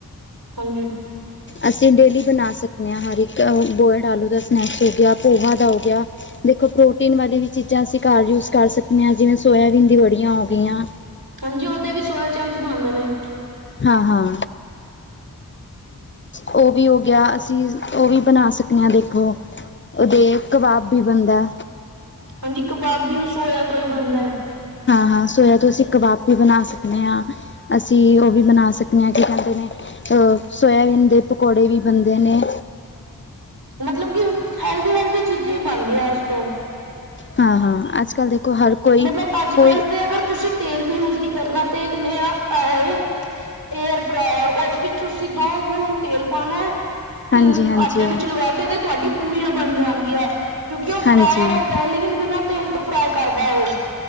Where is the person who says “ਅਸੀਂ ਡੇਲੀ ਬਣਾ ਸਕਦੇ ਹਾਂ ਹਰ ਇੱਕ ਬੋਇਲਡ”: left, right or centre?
Left